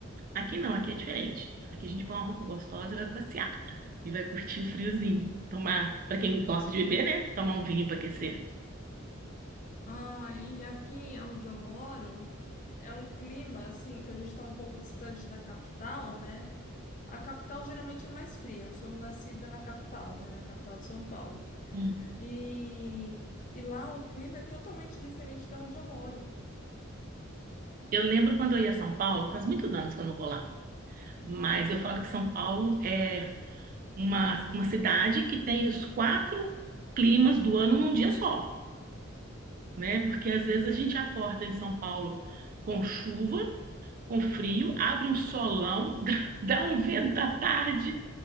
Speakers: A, on the right; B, on the left.
A: Aqui não, aqui é diferente. Aqui a gente põe uma roupa gostosa e vai passear. E vai curtir o friozinho. Tomar, para quem gosta de beber, né? Tomar um vinho para aquecer.
B: Ah, e aqui onde eu moro é um clima assim que a gente está um pouco distante da capital, né? A capital geralmente é mais fria. Eu sou nascida na capital, né? Na capital de São Paulo.
A: Hum.
B: E, e lá o clima é totalmente diferente de onde eu moro.
A: Eu lembro quando eu ia a São Paulo, faz muitos anos que eu não vou lá. Mas eu falo que São Paulo é uma, uma cidade que tem os quatro climas do ano num dia só, né? Porque às vezes a gente acorda em São Paulo com chuva, com frio, abre um solão, <laughs> dá um vento à tarde,